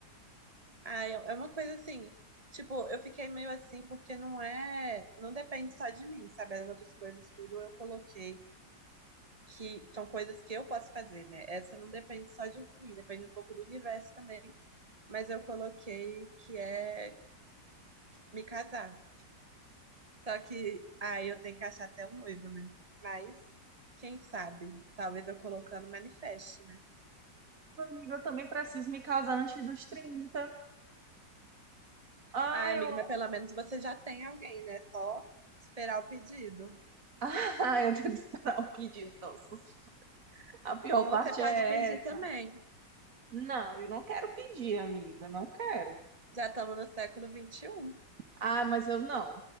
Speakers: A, on the right; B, on the right.
A: Ah, é é uma coisa assim, tipo, eu fiquei meio assim porque não é, não depende só de mim, sabe? As outras coisas tudo eu coloquei que são coisas que eu posso fazer, né? Essa não depende só de mim, depende um pouco do universo também, mas eu coloquei que é me casar. Só que aí eu tenho que achar até o noivo, né? Mas quem sabe? Talvez eu colocando manifeste, né?
B: Amiga, eu também preciso me casar antes dos 30. Ai,
A: Ai, amiga,
B: eu
A: mas pelo menos você já tem alguém, né? Só esperar o pedido.
B: Ah, <laughs> eu tenho que esperar o pedido. Nossa, a pior
A: Ou
B: parte
A: você pode
B: é
A: pedir
B: essa.
A: também.
B: Não, eu não quero pedir, amiga, não quero.
A: Já estamos no século XXI.
B: Ah, mas eu não.